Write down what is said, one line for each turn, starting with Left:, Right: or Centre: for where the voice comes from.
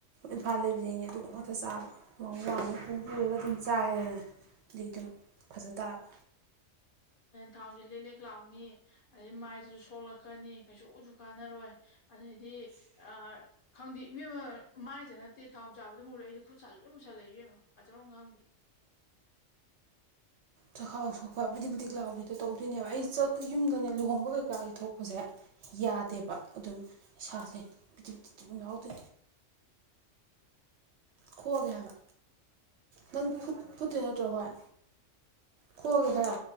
Right: ꯏꯝꯐꯥꯜ ꯂꯩꯕꯗꯒꯤꯩꯅꯦ ꯑꯗꯨꯒꯨꯝ ꯑꯇ ꯆꯥꯕ ꯃꯃ ꯑꯃ ꯄꯨꯔꯒ ꯑꯗꯨꯝ ꯆꯥꯏꯗꯅꯦ ꯑ ꯑꯗꯨꯝ ꯐꯖ ꯇꯥꯕ
Left: ꯊꯥꯎꯁꯤ ꯂꯦꯛꯂꯦꯛ ꯂꯥꯎꯅꯤ ꯑꯗꯩ ꯃꯥꯏꯗꯨꯁꯨ ꯁꯣꯛꯂꯛꯀꯅꯤ ꯀꯩꯁꯨ ꯎꯁꯨ ꯀꯥꯟꯅꯔꯣꯏ ꯑꯗꯩꯗꯤ ꯑ ꯈꯪꯗꯦ ꯏꯕꯦꯝꯃ ꯃꯥꯏꯗ ꯅꯠꯇꯦ ꯊꯥꯎ ꯆꯥꯕꯗ ꯃꯨꯨꯔꯛꯏꯗꯤ ꯈꯨꯠ ꯁꯥꯥꯅ ꯂꯣꯏꯅ ꯃꯨꯁꯜꯂꯛꯦ ꯏꯕꯦꯝꯃ ꯑꯆꯔꯝ ꯈꯪꯗꯦ
Right: ꯆꯈꯥꯎ ꯁꯣꯛꯄꯕꯨꯗꯤꯛꯕꯨꯗꯤꯛ ꯂꯥꯎꯕꯗꯣ ꯇꯧꯗꯣꯏꯅꯦꯕ ꯑꯩ ꯌꯨꯝꯗꯅꯦ ꯂꯨꯍꯣꯡꯕ ꯀꯩꯀꯥꯒꯤ ꯊꯣꯛꯄꯁꯦ ꯌꯥꯗꯦꯕ ꯑꯗꯨꯝ ꯏꯁꯥꯁꯦ ꯄꯤ ꯄꯤ ꯌꯥꯎꯗꯦ ꯈꯣꯑꯒꯦ ꯍꯥꯏꯕ ꯅꯪ ꯐꯨꯠꯇꯦ ꯅꯠꯇ꯭ꯔꯣ ꯍꯣꯏ ꯈꯣꯒꯦ
Left: ꯀꯣꯜ
Right: ꯈꯔ
Left: ꯇꯧꯔꯛ